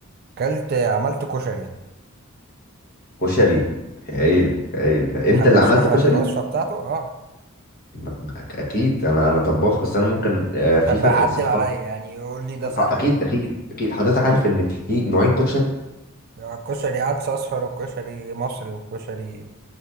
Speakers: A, on the right; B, on the left.
A: اكلت عملت كشري
B: كشري هايل هايل انت
A: تحب
B: اللي
A: اشرح
B: عملت كشري
A: لك الوصفه بتاعته اه
B: م- م- أك- اكيد انا انا طباخ بس انا ممكن آه، في
A: طب
B: فرق
A: عدل
B: ثقافات
A: عليا يعني يقول لي ده صح
B: اكيد
A: ولا
B: اكيد اكيد حضرتك عارف ان في نوعين كشري
A: لا آه، كشري عدس اصفر وكشري مصري وكشري